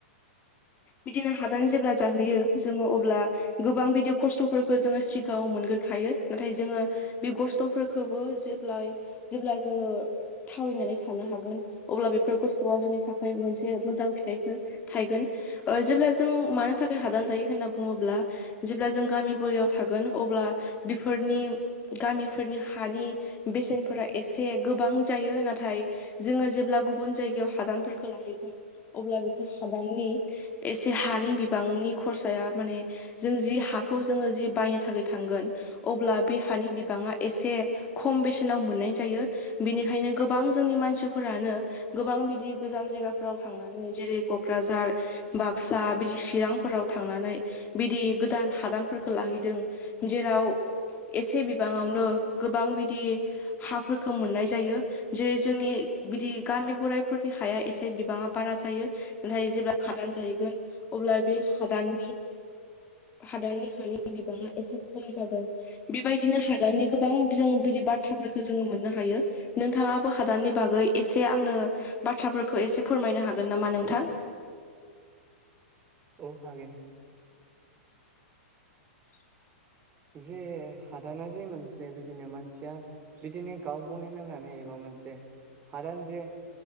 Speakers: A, on the left (about 25°); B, on the right (about 25°).
A: बिदिनो हादान जेब्ला जाहोयो जोङो अब्ला गोबां बिदि खस्थ'फोरखौ जोङो सिगाङाव मोनग्रोखायो नाथाय जोङो बे खस्थ'फोर खोबो जेब्लाय जेब्ला जोङो थावरिनानै थानो हागोन अब्ला बेफोर कस्थुआ जोंनि थाखाय मोनसे मोजां फिथाइखो थायगोन जेब्ला जों मानो थाखाय हादान जायो होनना बुङोब्ला जेब्ला जों गामि बुरायाव थागोन अब्ला बेफोरनि गामिफोर हानि बेसेनफोरा एसे गोबां जायो नाथाय जोङो जेब्ला गुबुन जायगायाव हादानफोरखो लाहैगोन अब्ला बेफोर हादाननि एसे हानि बिबांनि खरसाया माने जों जि हाखौ जोङो जि बायनो थाखाय थांगोन अब्ला बे हानि बिबाङा एसे खम बेसेनाव मोननाय जायो बेनिखायनो गोबां जोंनि मानसिफोरानो गोबां बिदि गोजान जायगाफोराव थांनानै जेरै क'क्राझार बाक्सा बिदि चिरांफोराव थांनानै बिदि गोदान हादानफोरखौ लाहैदों जेराव एसे बिबाङावनो गोबां बिदि हाफोरखौ मोननाय जायो जेरै जोंनि बिदि गामि बोराइफोरनि हाया एसे बिबाङा बारा जायो नाथाय जेब्ला हादान जाहैगोन अब्ला बे हादाननि हादाननि हानि बिबाङा एसे खम जागोन बेबायदिनो हादाननि गोबां जों बिदि बाथ्राफोरखौ जोङो मोननो हायो नोंथाङाबो हादाननि बागै एसे आंनो बाथ्राफोरखौ एसे फोरमायनो हागोन नामा नोंथां
B: औ हागोन
A: <inaudible>
B: जे हादाना जे मोनसे बिदिनो मानसिया बिदिनो गाव बनायना लानाय एबा मोनसे हादान जे